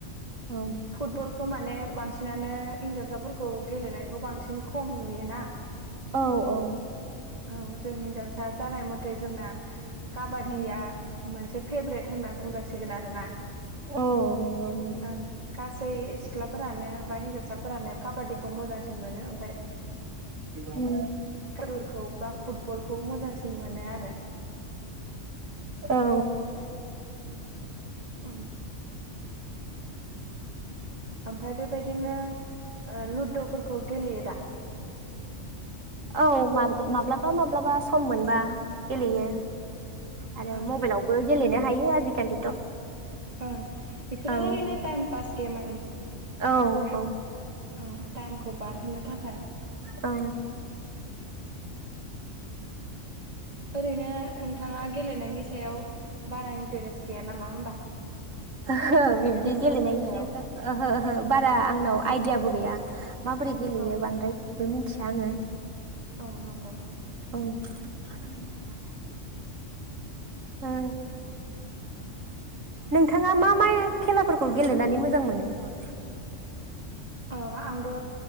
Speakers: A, on the right (about 90°); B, on the right (about 30°).
A: औ
B: फुटबलखौ माने बांसि नानो हिनजावसाफोरखौ गेलेनायखौ बांसि खम नुयोना
A: औ औ
B: औ जों हिनजावसा जानाय मथे जोंना काबादिया
A: औ
B: मोनसे फेभ्रेट होनना बुंजासिगोन आरोना
A: औ नंगौ नोंथां
B: ओं गासै सिख्लाफोरानो बाह हिनजावसा साफोरानो काबादिखौ मोजांसिन मोनो ओफाय
A: उम
B: कालुरखौ बा फुटबलखौ मोजांसिन मोनो आरो
A: औ
B: उम ओमफ्राय बेबायदिनो ओ लुदफोरखौ गेलेयो दा?
A: औ मा-माब्लाबा माब्लाबा सम मोनबा गेलेयो। आरो
B: ओं
A: मबाइलावबो गेलेनो हायो आजिखालिथ'
B: ओं बेफोरो
A: औ
B: ओरैनो टाइम पास गेम
A: औ औ
B: औ टाइमखौ बारहोनो थाखाय।
A: औ
B: ओरैनो नोंथाङा गेलेनायनि सायाव बारा इन्टारेस्ट गैया नामा होमबा?
A: ओहो बिब्दि
B: गेमफोरनि
A: गेलेनायनि
B: सायाव
A: सायावथ ओहो ओहो बारा आंनाव आइदियाबो गैया। माबोरै गेलेयो
B: औ
A: बांद्राय बि बेबो मिथिया आङो।
B: औ नंगौ
A: औ। <unintelligible> उम नोंथाङा मा मा खेलाफोरखौ गेलेनानै मोजां मोनो ।
B: औ आंबो।